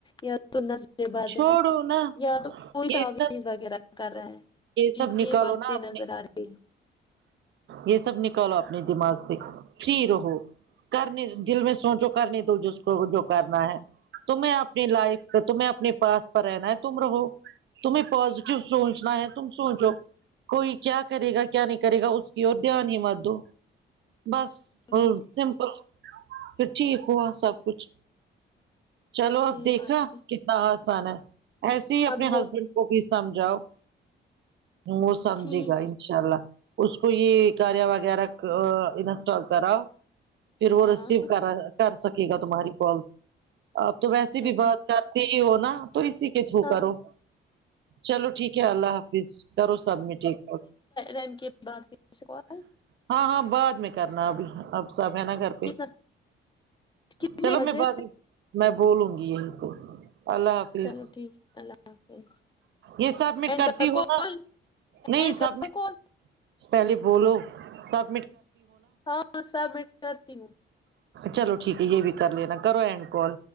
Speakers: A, on the left (about 25°); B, on the right (about 65°).
A: یا تو نظریں بند
B: چھوڑو
A: ہے
B: نا
A: یا تو کوئی
B: یہ
A: تحویز
B: سب
A: وغیرہ کر رہا ہیں کیکہ
B: سب نکالو
A: یہ باتیں
B: نا اپنی
A: نظر آ رہی ہیں
B: یہ سب نکالو اپنے دماغ سے فری رہو کرنے دل میں سوچو کرنے دو جو اس کو جو کرنا ہے تمہیں اپنی لائف تمہیں اپنی پاس پر رہنا ہے تم رہو تمہیں پازیٹیو سوچنا ہے تم سوچو کوئی کیا کرے گا کیا نہیں کرے گا اس کی اور دھیان ہی مت دو بس
A: جی
B: سمپل پھر ٹھیک ہوا سب کچھ چلو
A: صحیح
B: اب دیکھا
A: بات ہے
B: آسن ہے ایسے ہی اپنے
A: اب ہو
B: ہسبینڈ کو بھی سمجھاؤ وہ سمجھے
A: ٹھیک
B: گا انشاء اللہ اس کو یہ کریا وغیرہ انسٹال کراؤ پھر وہ
A: ہاں
B: ریسیو کرا کر سکے گا تمہاری کال آپ تو ویسی
A: اچھا
B: بھی
A: ٹھیک
B: بات کرتے ہی ہو نا تو اسی تھرو
A: ہاں
B: کرو چلو ٹھیک ہے اللہ حافظ کرو سبمٹ ایک
A: رن کے بعد پھر سے کال
B: ہاں ہاں بعد میں کرنا ابھی اب سب ہے نا کر
A: کتنا کتنے
B: چلو
A: بجے
B: میں بات میں بولوں گی یہی سو اللہ حافظ
A: چلو ٹھیک اللہ حافظ
B: یہ سبمٹ
A: اینڈ
B: کرتی
A: کر
B: ہو
A: کال
B: نا نہیں
A: اینڈ کروں
B: سبمٹ
A: کال
B: پہلے بولو سب
A: ہاں سبمٹ کرتی ہوں
B: چلو ٹھیک ہے یہ بھی کر لینا کرو اینڈ کال